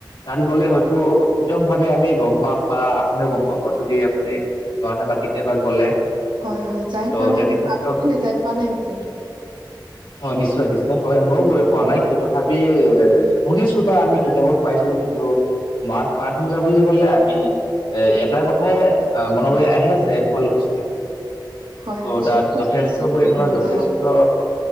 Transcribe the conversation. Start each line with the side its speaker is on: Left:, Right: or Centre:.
Left: তাত গলে হয়তো বিতং ভাৱে আমি গম পাম বা আপুনিও গম পাব যদি আপুনি যোৱা নাই বা কেতিয়াবা গ'লে।
Right: হয় হয় যাই
Left: ত'
Right: পোৱা নাই
Left: তেনে
Right: বাৰু
Left: ক্ষেত্ৰত
Right: <unintelligible> যাই পোৱা নাই নেকি?
Left: হয় নিশ্চয় নিশ্চয় হয় ময়ো গৈ পোৱা নাই কিন্তু তথাপি এ শুনিছো বা আমি কিতাপত পাইছো কিন্তু মাত পাট-মুগা বুলি কলে আমি এ এটা কথাই আহ মনলৈ
Right: হয়,
Left: আহে যে শুৱালকুছি।
Right: হয়,
Left: ত'
Right: হ
Left: তাত
Right: হয়,
Left: যথেষ্ট
Right: পিছে পাট
Left: পৰিমাৰ
Right: মুগা
Left: যথেষ্ট
Right: হয়,